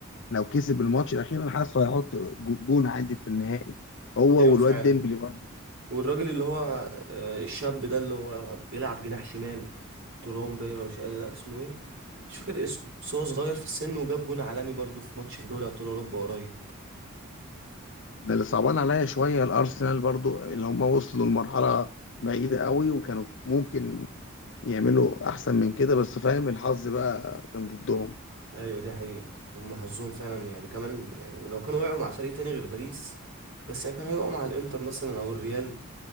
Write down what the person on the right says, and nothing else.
ايوه
فعلا
والراجل اللي هو آه، الشاب ده اللي هو بيلعب جناح شمال تورام باين ولا مش قادر لا اسمه ايه مش فاكر اسمه بس هو صغير في السن وجاب جون عالمي برضه في ماتش في دوري ابطال اوروبا قريب
ايوه دي حقيقة هم حظهم فعلا يعني كمان يعني ولو كانوا وقعوا مع فريق تاني غير باريس بس يعني كانوا هيقعوا مع الانتر مثلا او الريال